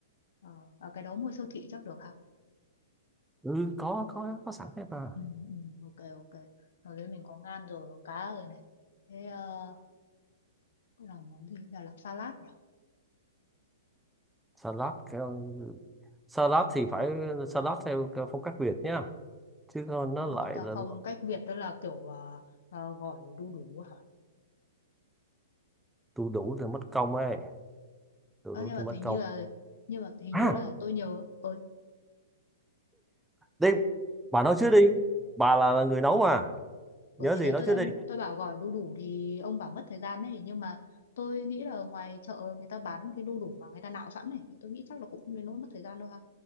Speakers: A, on the left; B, in the centre.
A: Ờ, à, cái đó mua siêu thị chắc được hả?
B: ừ có có có sẵn hết mà
A: Ừ, ừ, ok, ok. Rồi đấy mình có ngan rồi, có cá rồi này. Thế ờ, làm món gì nhỉ? Làm salad nhỉ?
B: salad theo salad thì phải salad theo cái phong cách Việt nhá chứ không nó
A: Salad
B: lại
A: Tao
B: là
A: phong cách Việt đó là kiểu ờ, ờ, gỏi đu đủ hả?
B: đu đủ thì mất công ấy đu
A: Ờ,
B: đủ
A: nhưng
B: thì
A: mà
B: mất
A: hình
B: công
A: như là nhưng mà hình
B: à
A: như là tôi nhớ ơi
B: đi bà nói trước đi bà là, là người nấu mà
A: ơi
B: nhớ
A: thì
B: gì
A: đấy
B: nói
A: tôi
B: trước
A: đang
B: đi
A: tôi bảo gỏi đu đủ thì ông bảo mất thời gian đấy nhưng mà tôi nghĩ là ngoài chợ người ta bán cái đu đủ mà người ta nạo sẵn này tôi nghĩ chắc là cũng không đến nỗi mất thời gian đâu ha